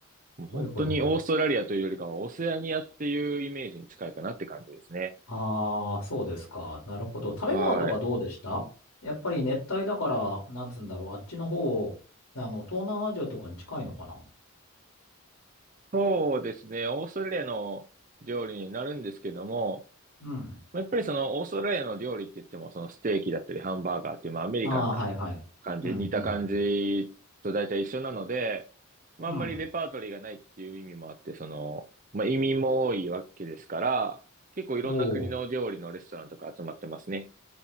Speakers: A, on the right; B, on the left.
A: もう本当にオーストラリアというよりかは、
B: ほいほいほい。
A: オセアニアっていうイメージに近いかなって感じですね。
B: ああ、そうですか。なるほど。食べ物とかどうでしたやっぱり熱帯だから、
A: はい。
B: なんつうんだろう。あっちの方、あの、東南アジアとかに近いのかな
A: そうですね。オーストラリアの料理になるんですけども、
B: うん。
A: まあ、やっぱりそのオーストラリアの料理って言っても、そのステーキだったりハンバーガーっていう、まあアメリカンな感じ、
B: ああ、はいはい。うん、うん、
A: 似た感じと大体一緒なので、まああんまりレパートリーがないっていう意味もあって、
B: うん。うん。
A: その、まあ移民も多いわけですから、結構いろんな国の料理のレストランとか集まってますね。
B: おお。